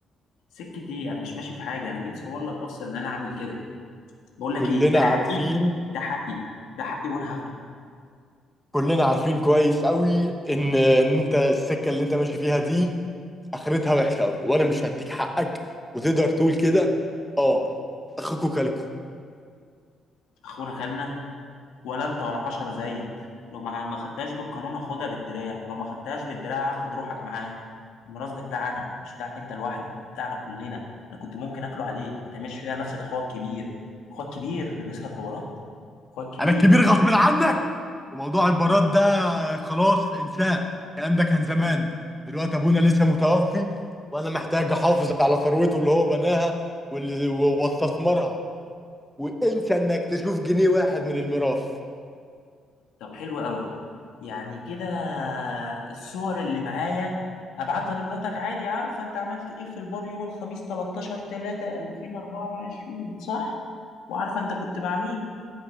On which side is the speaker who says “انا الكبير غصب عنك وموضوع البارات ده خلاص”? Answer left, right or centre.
Centre